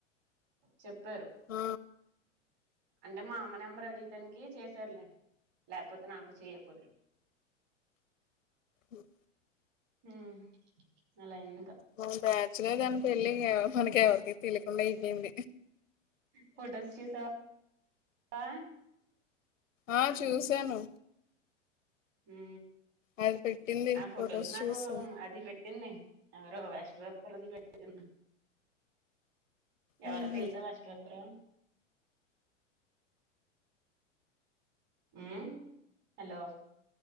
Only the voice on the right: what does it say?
చెప్పారు
అంటే మా అమ్మ నెంబర్ అడిగితానికి చేశారులే లేకపోతే నాకు చెయపోదురు
ఉమ్ అలా అయింది ఇంకా
ఫోటోస్ చూసావా ఆ
ఉ
ఆ ఫొటోస్ నాకు
అది పెట్టింది ఎవరో <unintelligible> పెట్టి <inaudible> ఎవరో
తెలుసా <unintelligible> రా ఉమ్ హలో